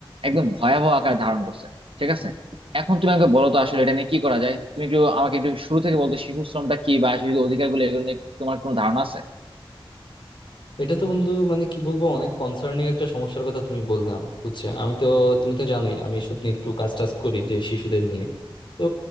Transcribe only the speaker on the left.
এটা তো বন্ধু মানে কি বলবো অনেক কনসার্নিং একটা সমস্যার কথা তুমি বললে আমাকে বুঝছো আমি তো তুমি তো জানোই আমি এসব নিয়ে একটু কাজ টাজ করি যে শিশুদের নিয়ে তো